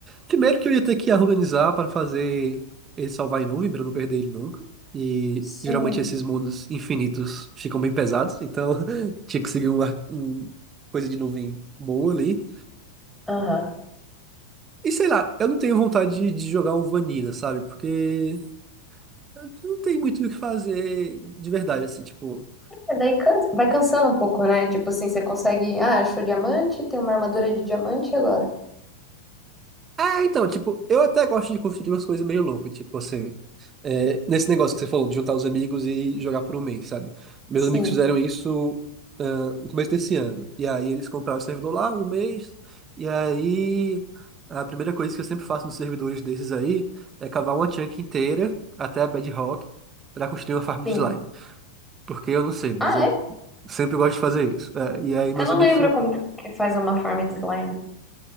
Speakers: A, on the right (about 25°); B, in the centre.
A: primeiro que eu ia ter que organizar para fazer ele salvar em nuvem para eu não perder ele nunca. E
B: Sim.
A: geralmente esses mundos infinitos ficam bem pesados, então <laughs> tinha que seguir uma, um- coisa de nuvem boa ali.
B: Aham.
A: E sei lá, eu não tenho vontade de, de jogar um Vanilla, sabe? Porque eu não tem muito o que fazer de verdade, assim, tipo.
B: É, daí cansa- vai cansando um pouco, né? Tipo assim, você consegue, ah, achou diamante, tem uma armadura de diamante e agora?
A: É, então, tipo, eu até gosto de construir umas coisas meio loucas, tipo assim, é, nesse negócio que você falou, de juntar os amigos e jogar por um mês, sabe? Meus
B: Sim,
A: amigos fizeram isso, ah, no começo desse ano. E aí eles compraram o servidor lá um mês, e aí a primeira coisa que eu sempre faço nos servidores desses aí é cavar uma chunk inteira até a bedrock pra construir uma farm
B: sim.
A: de slime. Porque eu não sei, mas
B: Ah,
A: eu
B: é?
A: sempre gosto de fazer isso. É, e aí meus
B: Eu não
A: amigos
B: lembro
A: ficam
B: como que faz uma farm de slime.